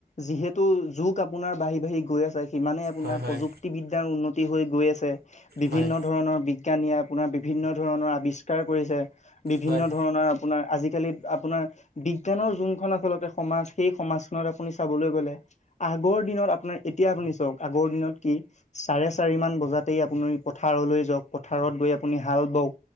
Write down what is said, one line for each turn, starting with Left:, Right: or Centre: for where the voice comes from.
Left: যিহেতু যুগ আপোনাৰ, বাঢ়ি বাঢ়ি গৈ আছে। সিমানে, আপোনাৰ
Right: হয় হয়
Left: প্ৰযুক্তিবিদ্যাৰ উন্নতি হৈ গৈ আছে। বিভিন্ন
Right: হয়
Left: ধৰণৰ বিজ্ঞানীয়ে আপোনাৰ, বিভিন্ন ধৰণৰ আৱিষ্কাৰ কৰিছে। বিভিন্ন
Right: হয়
Left: ধৰণৰ আপোনাৰ, আজিকালি আপোনাৰ বিজ্ঞানৰ যোনখন আচলতে সমাজ। সেই সমাজখনত আপুনি চাবলৈ গ'লে, আগৰ দিনত আপোনাৰ এতিয়া, আপুনি চাওঁক, আগৰ দিনত কি? চাৰে চাৰি মান বজাতেই আপুনি পথাৰলৈ যাওঁক। পথাৰত গৈ আপুনি হাল বাওঁক,